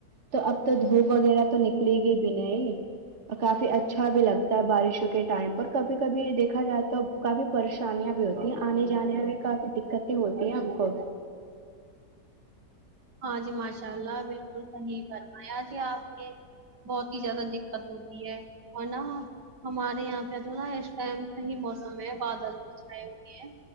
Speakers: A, on the right; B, on the right.
A: تو اب تو دھوپ وغیرہ تو نکلے گی بھی نہیں کافی اچھا بھی لگتا ہے بارشوں کے ٹائم پر کبھی کبھی دیکھا جائے تو کافی پریشانیاں بھی ہوتی ہیں آنے جانے میں بھی کافی دقتیں ہوتی ہیں ہم کو
B: ہاں جی ماشاء اللہ بالکل صحیح فرمایا جی آپ نے بہت ہی زیادہ دقت ہوتی ہے اور نا ہمارے یہاں پہ جو نا اس ٹائم صحیح موسم ہے بادل سے چھائے ہوئے ہیں